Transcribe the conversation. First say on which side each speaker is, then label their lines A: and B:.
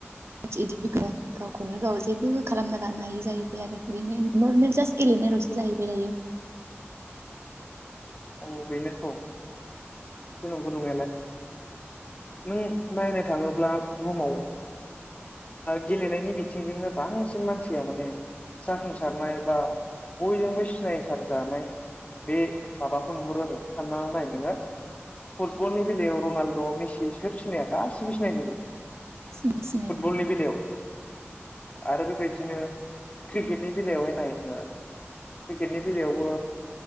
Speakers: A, on the right (about 65°); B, on the left (about 30°).
A: सट इदि गैखाया गावखौनो गाव जेबो खालामना लानो हायि जाहैबाय आरो ओरैनो नर्मेल जास्ट गेलेनायलावसो जाहैबाय दायो।
B: औ बेनोथ' बेथ' नंगौ नंनायालाय। नों नायनो थाङोब्ला बुहुमाव ओ गेलेनायनि बिथिंजोंनो बांसिन मानसिया माने जाफुंसारनाय बा बयजोंबो सिनायसारजानाय बे माबाखौ नुहुरो आरो साननानै नाय नोङो फुटबलनि बेलायाव रनाल्द', मेसि सोर सिनाया गासिबो सिनायजोबो।
A: सिनाय सिनायनो
B: फुटबलनि बेलायाव आरो बेबायदिनो क्रिकेटनि बेलायावहाय नाय नोङो क्रिकेटनि बेलायावबो